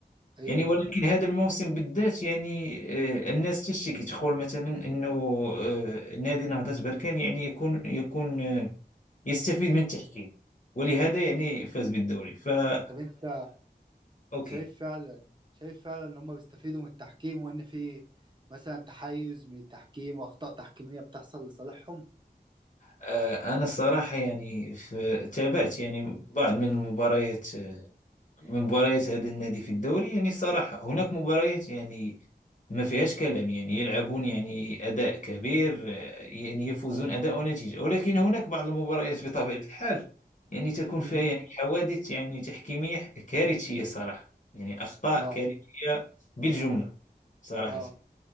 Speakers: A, on the right; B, on the left.
A: ايوه
B: يعني ولكن هذا الموسم بالذات يعني آه، الناس تشتكي تقول مثلا أنه آه، نادي نهضة بركان يعني يكون يكون آه، يستفيد من التحكيم ولهذا يعني فاز بالدوري فأنا
A: طب انت
B: أوكي
A: شايف فعلا شايف فعلا ان هم بيستفيدوا من التحكيم وان في مثلا تحيز من التحكيم واخطاء تحكيمية بتحصل لصالحهم؟
B: آه، أنا الصراحة يعني في تابعت يعني بعض من المباريات من مباريات هذا النادي في الدوري يعني الصراحة هناك مباريات يعني ما فيهاش كلام يعني يلعبون يعني أداء كبير آه، يعني يفوزون أداء ونتيجة ولكن هناك بعض المباريات بطبيعة الحال يعني تكون
A: امم
B: فيها يعني حوادث يعني تحكيمية كارثية صراحة يعني أخطاء
A: اه
B: كارثية بالجملة صراحة
A: اه